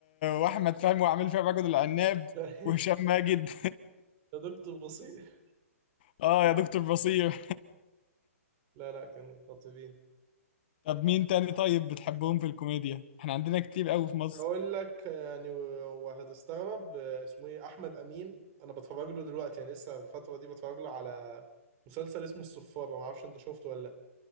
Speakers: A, on the left (about 40°); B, on the right (about 25°).
A: واحمد فهمي وعامل فيها الرجل العناب
B: لا <laughs>
A: وهشام ماجد
B: يا دكتور بصير
A: <laughs> اه يا دكتور بصير
B: لا لا كانوا خطيرين
A: طب مين تاني طيب بتحبهم في الكوميديا احنا عندنا كتير قوي في مصر
B: هقول لك يعني و- وهتستغرب آه، اسمه ايه احمد امين انا بتفرج له دلوقتي يعني لسه الفتره دي بتفرج له على مسلسل اسمه الصفاره ما اعرفش انت شفته ولا